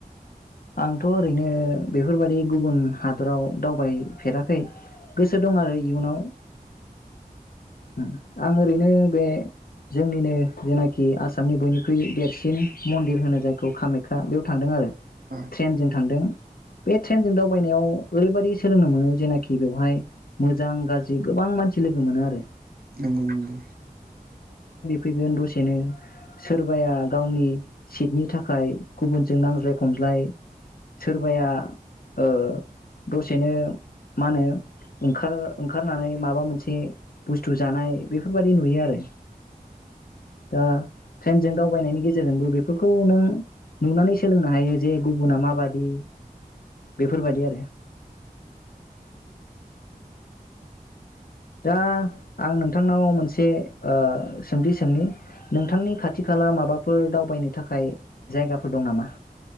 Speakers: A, on the left (about 70°); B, on the right (about 75°).
A: आंथ' ओरैनो बेफोरबादि गुबुन हादराव दावबायफेराखै गोसो दं आरो इयुनाव उ आं ओरैनो बे जोंनिनो जेनाखि आसामनि बयनिख्रुइ देरसिन मन्दिर होनो जायखौ कामाख्या बेयाव थांदों आरो।
B: आ
A: ट्रेनजों थांदों बे ट्रेनजों दावबायनायाव ओरैबायदि सोलोंनो मोनो जेनाखि बेवहाय मोजां गाज्रि गोबां मानसि लोगो मोनो आरो
B: नंगौ नंगौ
A: फैगोन दसेनो सोरबाया गावनि सिटनि थाखाय गुबुनजों नांज्लाय खमज्लाय सोरबाया ओ दसेनो मा होनो ओंखार ओंखारनानै माबा मोनसे बुस्थु जानाय बेफोरबायदि नुयो आरो दा ट्रेनजों दावबायनायनि गेजेरजोंबो बेफोरखौ नों नुनानै सोलोंनो हायो जे गुबुना माबादि बेफोरबादि आरो दा आं नोंथांनाव मोनसे ओ सोंथि सोंनि नोंथांनि खाथि खाला माबाफोर दावबायनो थाखाय जायगाफोर दं नामा?